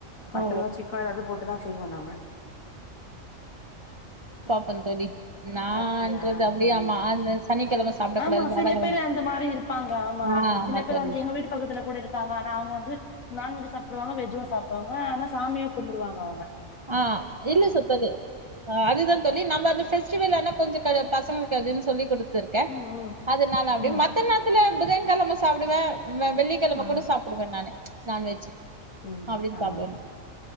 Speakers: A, on the left (about 80°); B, on the right (about 45°).
A: மட்டனோ
B: ஓ
A: சிக்கனோ எதாது போட்டுதா செய்வோ நாம
B: போ தோழி நான்றது
A: அப்டியா
B: அப்டியே
A: ஆஹ்
B: ஆமா
A: ஆஹ்
B: அந்த சனிக்கெழம சாப்டக்
A: ஆமா
B: கூடாது வியாழக்கெழம
A: சில பேரு அந்த மாரி இருப்பாங்க ஆமா
B: ஆ ஆமா
A: சில பேர்
B: தோழி
A: வந்து எங்க வீட்டு பக்கத்துல கூட இருக்காங்க ஆனா அவுங்க வந்து நான்வெஜு சாப்டுவாங்க வெஜு சாப்டுவாங்க ஆனா சாமியு கும்புடுவாங்க அவுங்க
B: ஆஹ் இல்ல சொ தோழி அ அதுதா தோழி நம்ம அந்த ஃபெ ஸ்டிவலானா கொஞ்சொ க பசங்களுக்கு அதுன்னு சொல்லி குடுத் த்ருக்க
A: ம் ம்
B: அதுனால அப்டி
A: ம்
B: மத்த நேரத்துல புதன் கெழம சாப்டுவ உம் வெ வெள்ளிக்கெழம
A: ஆ
B: கூட சாப்புடுவ நானு நான்வெஜ்
A: சரிங்க
B: அப்டின்
A: ஆ
B: சாப்டுவ